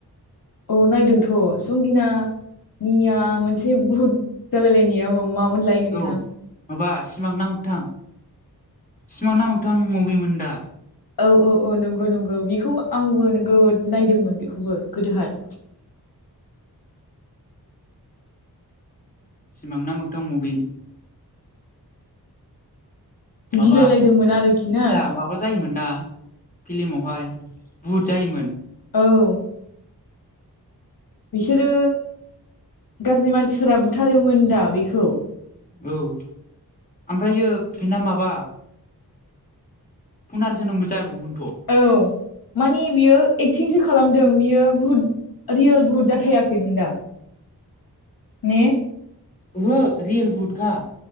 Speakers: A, on the left; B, on the left.
A: औ नायदोंथ' संगिनानिया मोनसे बुहुद जालायलायनाया मा मामोनलाय नोंथां?
B: औ माबा सिमां ना मोगथां। सिमां ना मोखथां मुभिमोन दा?
A: औ औ औ नंगौ नंगौ बेखौ आंबो नोगोद नायदोंमोन बेखौबो गोदोहाय।
B: सिमां ना मोगथां मुभि। माबा
A: गिलायलायदोंमोन
B: <unintelligible>
A: आरोखि ना
B: माबा जायोमोन ना? फिल्मावहाय बुहुत जायोमोन।
A: औ बिसोरो गाज्रि मानसिफोरा बुथारोमोन दा बेखौ।
B: औ ओमफ्रायो बिना माबा फुनार जोनोमबो जाबावोमोन।
A: औ माने बियो एक्टिंसो खालामदों बियो बुहुत रियेल बुहुत जाथायाखैमोन दां। ने?
B: ओहो रियेल बुहुतखा।